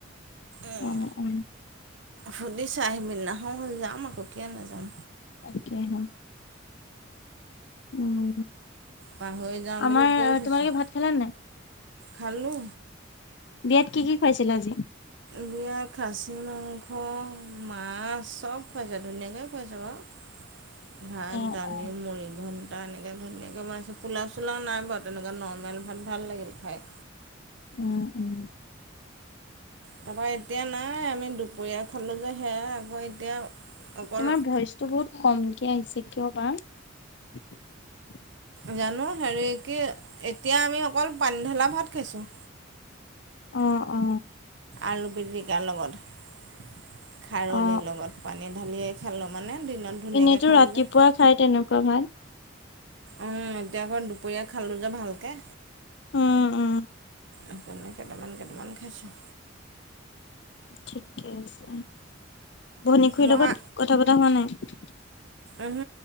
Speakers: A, on the right; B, on the left.
A: উম
B: অ অ
A: সুধি চা আহিবি নহয় হল যাম আ সকিয় নাযাম
B: তাকেহে উম
A: পাহৰি যাওঁ বুলি
B: আমাৰ
A: কৈ থৈছো
B: তোমালোকে ভাত খালা নাই
A: খালো
B: বিয়াত কি কি খুৱাইছিলে আজি
A: বিয়া তাৰ খাছী মাংস মাছ চব খুৱাইছে ধুনীয়াকে খুৱাইছে বাৰু ভাত
B: অ
A: দালি
B: অ
A: মুৰি ঘণ্টা এনে তেনেকৈ ধুনীয়াকৈ বনাইছো পোলাও চোলাও নাই বাৰু তেনেকুৱা নৰ্মেল ভাত ভাল লাগিল খাই
B: উম উম
A: তাৰাপা এতিয়া নাই আমি দুপৰীয়া খালো যে সেয়া এতিয়া অকল
B: তোমাৰ ভইচটো বহুত কমকে আহিছে কিয়বা <unintelligible>
A: জানো হেৰি কি এতিয়া আমি অকল পানীঢলা ভাত খাইছোঁ
B: অ অ
A: আলু পিটিকাৰ লগত খাৰলিৰ
B: অ
A: লগত পানী ঢালিয়ে খালোঁ মানে দিনত ধুনীয়াকৈ
B: এনেইতো
A: খালোঁ
B: ৰাতিপুৱা
A: যে
B: খাই তেনেকুৱা ভাল
A: উম এতিয়া আকৌ দুপৰীয়া খালটো যে ভালকে
B: অ অ
A: সেইকাৰণে কেইটামান কেইটামান খাইছো
B: ঠিকে আছে ভনীখুৰীৰ
A: মহা
B: লগত কথা পতা হোৱা নাই
A: উ